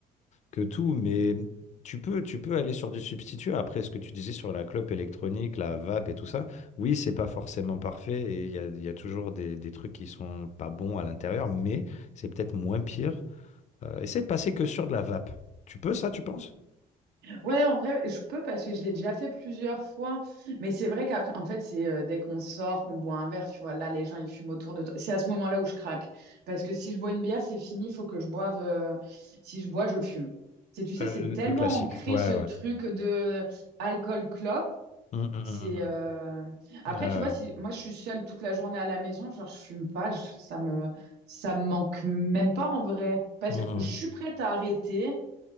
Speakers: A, on the left (about 45°); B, on the right (about 75°).
A: que tout, mais tu peux, tu peux aller sur du substitut. Après, ce que tu disais sur la clope électronique, la vape et tout ça, oui, c'est pas forcément parfait et il y a, il y a toujours des, des trucs qui sont pas bons à l'intérieur, mais c'est peut-être moins pire. Euh, essaie de passer que sur de la vape. Tu peux ça, tu penses?
B: Ouais, en vrai, je peux parce que je l'ai déjà fait plusieurs fois. Mais c'est vrai qu'après, en fait, c'est euh, dès qu'on sort, qu'on boit un verre, tu vois, là, les gens, ils fument autour de toi. C'est à ce moment-là où je craque. Parce que si je bois une bière, c'est fini, il faut que je boive. euh, Si je bois, je fume. C'est, tu sais,
A: Euh,
B: c'est
A: le
B: tellement
A: le classique.
B: ancré
A: Ouais,
B: ce
A: ouais.
B: truc de alcool-clope.
A: Hum, hum,
B: C'est
A: hum, hum.
B: euh, après,
A: Ah
B: tu vois,
A: ouais.
B: si moi je suis seule toute la journée à la maison, genre je fume pas, je- ça me ça me manque même pas en vrai, parce
A: Mhm.
B: que je suis prête à arrêter.